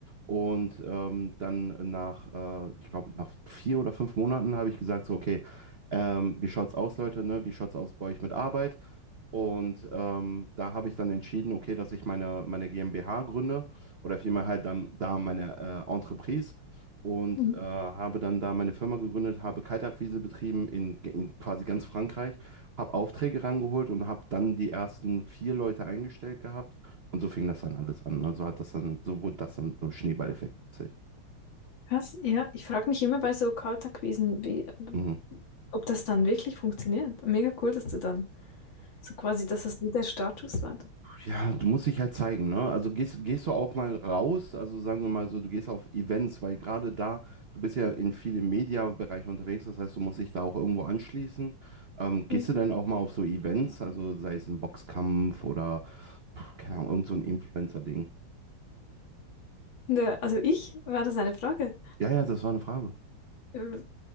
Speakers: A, on the right (about 80°); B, on the left (about 60°).
A: und ähm, dann nach, äh, ich glaube, nach vier oder fünf Monaten habe ich gesagt, so, okay, ähm, wie schaut's aus, Leute, ne? Wie schaut's aus bei euch mit Arbeit? Und ähm, da habe ich dann entschieden, okay, dass ich meine, meine GmbH gründe oder vielmehr halt dann da meine äh, Entreprise und
B: Mhm.
A: äh, habe dann da meine Firma gegründet, habe Kaltakquise betrieben in, in quasi ganz Frankreich, habe Aufträge rangeholt und habe dann die ersten vier Leute eingestellt gehabt und so fing das dann alles an. Also hat das dann, so wurde das dann so Schneeballeffektmäßig.
B: Krass, ja. Ich frage mich immer bei so Kaltakquisen, wie,
A: Mhm.
B: ob das dann wirklich funktioniert. Mega cool, dass du dann so quasi, dass das wieder Status war.
A: Ja, du musst dich halt zeigen, ne? Also gehst, gehst du auch mal raus, also sagen wir mal so, du gehst auf Events, weil gerade da, du bist ja in vielen Media-Bereichen unterwegs, das heißt, du musst dich da auch irgendwo anschließen. Ähm, gehst
B: Mhm.
A: du denn auch mal auf so Events, also sei es ein Boxkampf oder, pff, keine Ahnung, irgend so ein Influencer-Ding?
B: Nö, also ich, war das eine Frage?
A: Ja, ja, das war eine Frage.
B: Ähm,